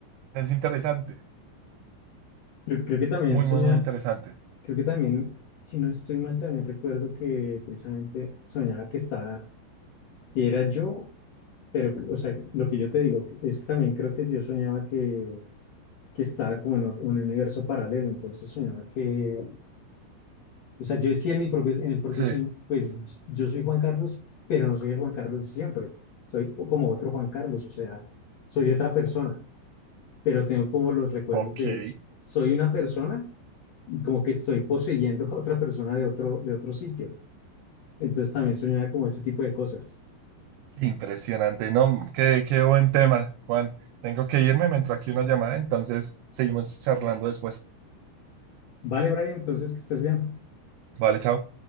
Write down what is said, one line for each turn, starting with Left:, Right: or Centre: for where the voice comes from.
Right: es interesante,
Left: Creo, creo que también
Right: muy,
Left: soñaba,
Right: muy, muy interesante.
Left: Creo que también, si no estoy mal, también recuerdo que precisamente soñaba que estaba, que era yo, pero, o sea, lo que yo te digo que- es que también creo que yo soñaba que, que estaba como en o- un universo paralelo, entonces soñaba que, o sea, yo decía en mi propio, en el propio
Right: Sí,
Left: sueño, pues yo soy Juan Carlos, pero no soy el Juan Carlos de siempre, soy o- como otro Juan Carlos, o sea, soy otra persona, pero tengo como los recuerdos
Right: ok, qué
Left: de, soy una persona como que estoy poseyendo a otra persona de otro, de otro sitio. Entonces también soñaba como ese tipo de cosas.
Right: impresionante, ¿no? Qué, qué buen tema, Juan. Tengo que irme, me entró aquí una llamada, entonces seguimos charlando después.
Left: Vale, Brian, entonces que estés bien.
Right: Vale, chao.